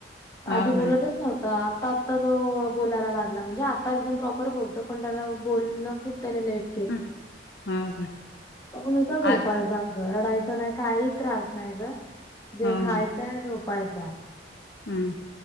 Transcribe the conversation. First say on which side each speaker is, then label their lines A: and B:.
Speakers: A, on the left; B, on the left.
A: हा
B: आधी बोलतच
A: काय
B: नव्हता आता आता तो बोलायला लागला म्हणजे आता एकदम प्रॉपर बोलतो पण त्याला बोलणं खूप त्याने लेट
A: हम्म, हा काय
B: तो नुसता
A: आ
B: झोपायला जाई रडायचं नाही काही त्रास नाही ग जे
A: हा
B: खायचंय
A: काय
B: झोपायचा
A: हम्म